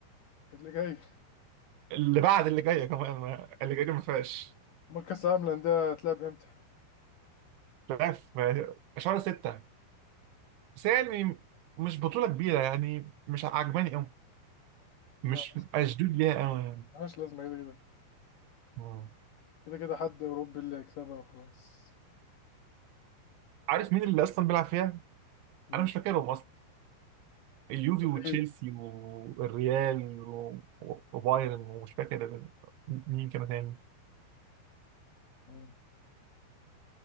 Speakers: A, on the left; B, on the right.
A: اللي جاي
B: اللي بعد اللي جايه كمان ما- اللي جايه دي ما فيهاش
A: امال كاس العالم للانديه هتلعب امتى؟
B: لا في شهر ستة بس هي يعني مش بطوله كبيره يعني مش عجباني قوي مش
A: ما
B: اشدود ليها قوي يعني
A: ملهاش لازمه كده كده
B: آه.
A: كده كده حد اوروبي اللي هيكسبها وخلاص
B: عارف مين اللي اصلا بيلعب فيها؟
A: مين؟
B: انا مش فاكرهم اصلا اليوفي وتشيلسي
A: اكيد
B: والريال و- و- وبايرن ومش فاكر ال- مين كان تاني
A: مم.